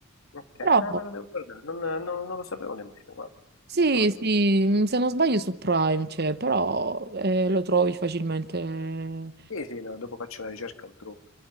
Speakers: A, on the left; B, on the right.
A: Ok,
B: Però
A: ah, me lo devo guardare, non, non- non lo sapevo nemmeno, guarda.
B: sì,
A: Ti dico la verità.
B: sì, mh, se non sbaglio su Prime c'è, però eh, lo trovi facilmente. eh,
A: Sì, sì, no, dopo faccio una ricerca, lo trovo.